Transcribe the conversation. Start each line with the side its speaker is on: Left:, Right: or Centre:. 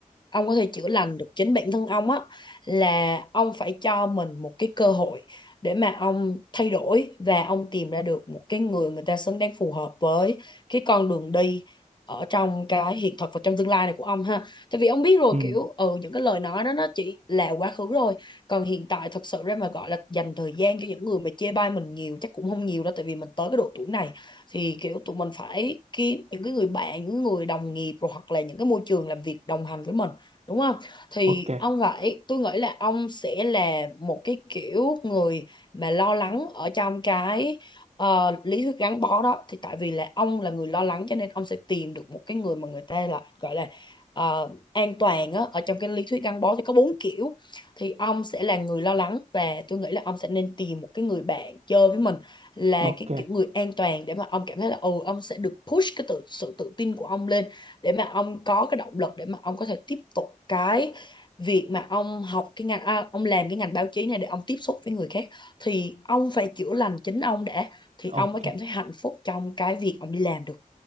Left: ông có thể chữa lành được chính bản thân ông á là ông phải cho mình một cái cơ hội để mà ông thay đổi và ông tìm ra được một cái người người ta xứng đáng phù hợp với cái con đường đi ở trong cái hiện thực và trong tương lai này của ông ha tại vì ông biết rồi
Right: ừ
Left: kiểu ừ những cái lời nói đó nó chỉ là quá khứ rồi còn hiện tại thật sự ra mà gọi là dành thời gian cho những người mà chê bai mình nhiều chắc cũng không nhiều đâu tại vì mình tới cái độ tuổi này thì kiểu tụi mình phải kiếm những cái người bạn những người đồng nghiệp rồi hoặc là những cái môi trường làm việc đồng hành với mình đúng không thì
Right: ok
Left: ông phải tôi nghĩ là ông sẽ là một cái kiểu người mà lo lắng ở trong cái ờ, lý thuyết gắn bó đó thì tại vì là ông là người lo lắng cho nên ông sẽ tìm được một cái người mà người ta là gọi là ờ, an toàn á ở trong cái lý thuyết gắn bó thì có bốn kiểu thì ông sẽ là người lo lắng và tôi nghĩ là ông sẽ nên tìm một cái người bạn chơi với mình là
Right: ok
Left: cái kiểu người an toàn để mà ông cảm thấy là ừ ông sẽ được push cái tự, sự tự tin của ông lên để mà ông có cái động lực để mà ông có thể tiếp tục cái việc mà ông học cái ngành à, ông làm cái ngành báo chí này để ông tiếp xúc với người khác thì ông phải chữa lành chính ông đã thì
Right: ok
Left: ông mới cảm thấy hạnh phúc trong cái việc ông đi làm được